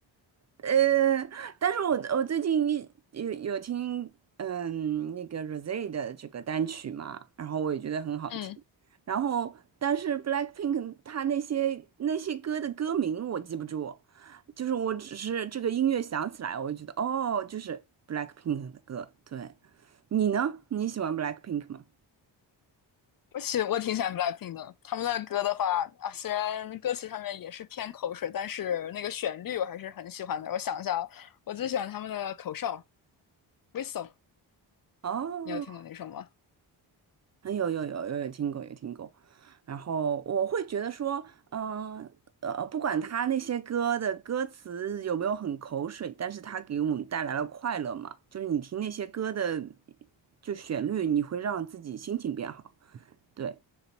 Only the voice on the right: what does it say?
呃，但是我我最近一有有听嗯那个 Rosé 的这个单曲嘛，然后我也觉得很好听。
然后，但是 Blackpink 他那些那些歌的歌名我记不住，就是我只是这个音乐响起来，我就觉得哦，就是 Blackpink 的歌。对，你呢？你喜欢 Blackpink 吗？
哦，
啊，有有有有有听过有听过，然后我会觉得说，嗯呃，呃不管他那些歌的歌词有没有很口水，但是他给我们带来了快乐嘛，就是你听那些歌的就旋律，你会让自己心情变好。对